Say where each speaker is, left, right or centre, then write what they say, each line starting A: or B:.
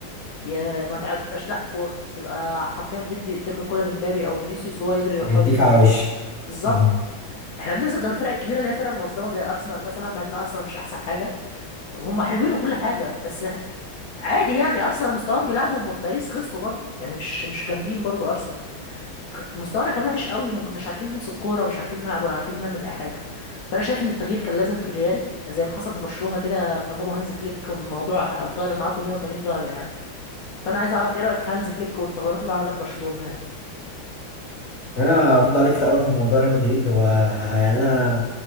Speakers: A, on the left (about 60°); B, on the left (about 35°).
A: يا ما تعرفش تلعب كوره تبقى حرفيا بتدي ترمي الكوره لمبابي او فينيسيوس وهو يجري ويحاول
B: يديك
A: يجيب
B: على
A: جون
B: وشك
A: بالظبط
B: اه
A: احنا بننزل قدام الفرق الكبيره اللي هي الفرق المنظمه زي ارسنال مثلا مع ان ارسنال مش احسن حاجه هم حلوين وكل حاجه بس عادي يعني ارسنال مستواهم بيلعبوا م- باريس خسروا برضو يعني مش مش جامدين برضو ارسنال خ- مستوانا كان وحش قوي وما كناش عارفين نمسك كوره ومش عارفين نلعب ولا عارفين نعمل اي حاجه فانا شايف ان التغيير كان لازم في الريال زي ما حصل في برشلونه كده لما جابوا هانز فليك الموضوع اتغير معاكم 180 درجه يعني فانا عايز اعرف ايه رايك في هانز فليك والتغيرات اللي عملها في برشلونه يعني
B: انا ارد عليك الاول في موضوع ريال مدريد هو يعني انا